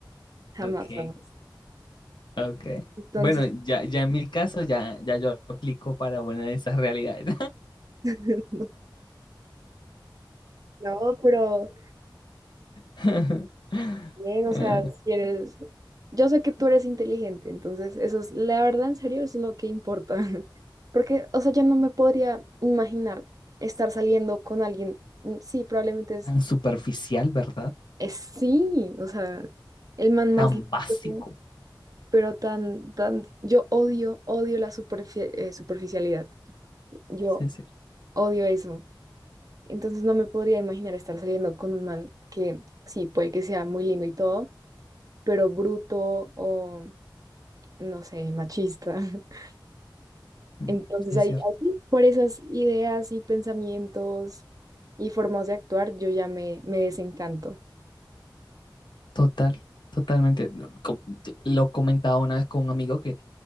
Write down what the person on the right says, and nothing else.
Jamás,
jamás.
Entonces,
<laughs> no, pero
Bien, o sea,
si eres, yo sé que tú eres inteligente, entonces eso es, la verdad, en serio, es lo que importa. <laughs> Porque, o sea, yo no me podría imaginar estar saliendo con alguien, mm, sí, probablemente es,
es sí, o sea, el man más
lindo,
pero tan, tan, yo odio, odio la superfi- eh, superficialidad, yo
odio eso. Entonces no me podría imaginar estar saliendo con un man que sí, puede que sea muy lindo y todo, pero bruto o no sé, machista. <laughs>
Entonces
ahí,
ahí, por esas ideas y pensamientos y formas de actuar, yo ya me, me desencanto